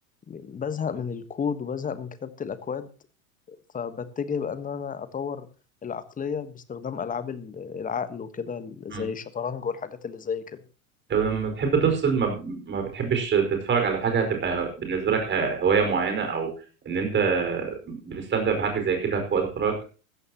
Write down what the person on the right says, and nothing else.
مم.
طب لما بتحب تفصل ما, ب- ما بتحبش تتفرج على حاجة هتبقى بالنسبة لك ه- هواية معينة او ان انت بتستمتع بحاجة زي كده في وقت فراغك